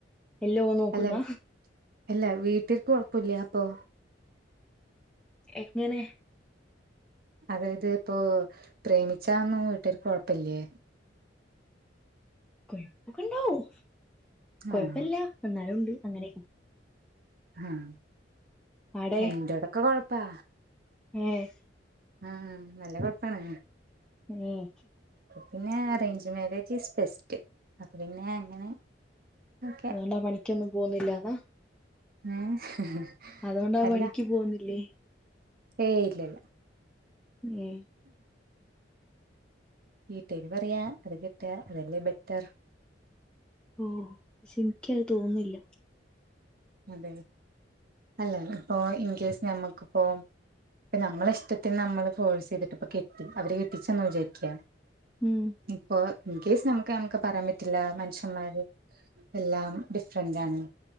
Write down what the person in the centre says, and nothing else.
എല്ലോ ഓൻ നോക്കുന്ന
എങ്ങനെ
കൊഴപ്പൊക്കെ ഇണ്ടാവും കൊഴപ്പില്ല
എന്നാലും ഉണ്ട് അങ്ങനെ
ആടെ
ഏഹ്
ഏഹ്
അതുകൊണ്ടാ പണിക്കൊന്നും പോകുന്നില്ലാന്നാ
അതുകൊണ്ടാ
പണിക്ക് പോകുന്നില്ലേ
ഉം
ഓ പക്ഷെ എനിക്ക് അത് തോന്നുന്നില്ല
ഉം